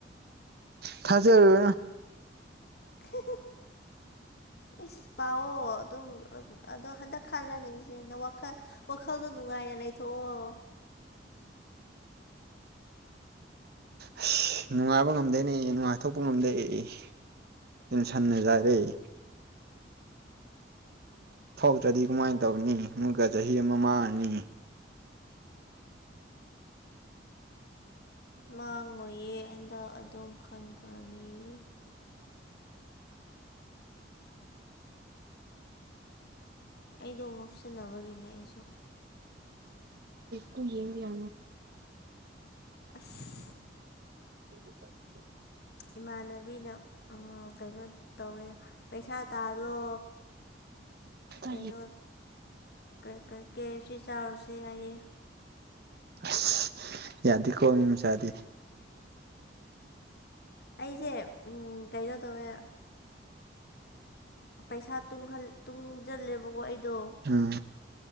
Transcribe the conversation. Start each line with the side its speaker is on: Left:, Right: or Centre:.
Right: ꯊꯖꯔꯥ
Left: <unintelligible> ꯏꯁ ꯄꯥꯛꯑꯣ ꯑꯗꯨꯝ ꯑꯗꯣ ꯍꯟꯗꯛ ꯈꯜꯂꯅꯤꯁꯦꯅ ꯋꯥꯈꯜ ꯋꯥꯈꯜꯗꯣ ꯅꯨꯡꯉꯥꯏꯅ ꯂꯩꯊꯣꯛꯑꯣ
Right: ꯑꯁ ꯅꯨꯡꯉꯥꯏꯕ ꯉꯝꯗꯣꯏꯅꯦ ꯅꯨꯡꯉꯥꯏꯊꯣꯛꯄ ꯉꯝꯗꯦ ꯑꯩ ꯑꯗꯨꯝ ꯁꯟꯅꯖꯥꯔꯦꯏ ꯊꯧꯗ꯭ꯔꯗꯤ ꯀꯃꯥꯏꯅ ꯇꯧꯅꯤ ꯃꯨꯛꯀ ꯆꯍꯤ ꯑꯃ ꯃꯥꯡꯉꯅꯤ
Left: ꯃꯥꯡꯉꯣꯏꯌꯦ ꯑꯟꯗ ꯑꯗꯨꯝ ꯈꯟꯈ꯭ꯔꯅꯤꯌꯦ ꯑꯩꯗꯣ ꯉꯥꯎꯁꯤꯟꯅꯕꯒꯤꯅꯦ ꯑꯩꯁꯨ
Right: ꯍꯨ ꯌꯦꯡꯕꯤꯌꯥ
Left: ꯑꯁ
Right: ꯎ
Left: ꯏꯃꯥꯟꯅꯕꯤꯅ ꯀꯩꯅꯣ ꯇꯧꯋꯦ ꯄꯩꯁꯥ ꯇꯥꯜꯂꯣ
Right: ꯇ
Left: ꯀꯩꯅꯣ ꯀꯦ ꯑꯦꯐ ꯁꯤ ꯆꯥꯎꯔꯨꯁꯦ ꯍꯥꯏꯌꯦ
Right: ꯑꯁ ꯌꯥꯗꯦꯀꯣ ꯃꯤ ꯃꯆꯥꯗꯤ
Left: ꯑꯩꯁꯦ ꯀꯩꯅꯩꯅꯣ ꯇꯧꯋꯦ ꯄꯩꯁꯥ ꯇꯨꯡꯁꯤꯜꯂꯦꯕꯀꯣ ꯑꯩꯗꯣ
Right: ꯑꯝ